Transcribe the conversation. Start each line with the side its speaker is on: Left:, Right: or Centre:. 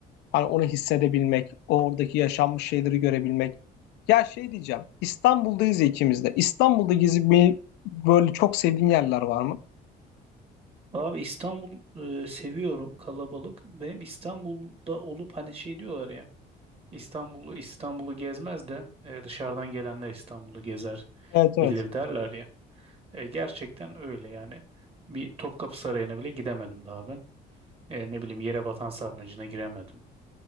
Left: Hani onu hissedebilmek, oradaki yaşanmış şeyleri görebilmek. Ya şey diyeceğim, İstanbul'dayız ya ikimiz de. İstanbul'da gezip böyle çok sevdiğin yerler var mı?
Right: Abi İstanbul e, seviyorum kalabalık. Benim İstanbul'da olup hani şey diyorlar ya İstanbul'u İstanbul'u gezmez de e, dışarıdan gelenler İstanbul'u gezer
Left: Evet evet.
Right: bilir derler ya. E, gerçekten öyle yani. Bir Topkapı Sarayı'na bile gidemedim daha ben. E, ne bileyim Yerebatan Sarnıcı'na giremedim